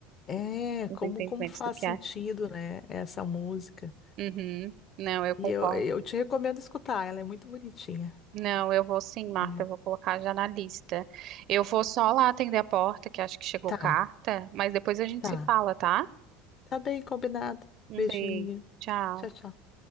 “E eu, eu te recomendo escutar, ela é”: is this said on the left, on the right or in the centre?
Left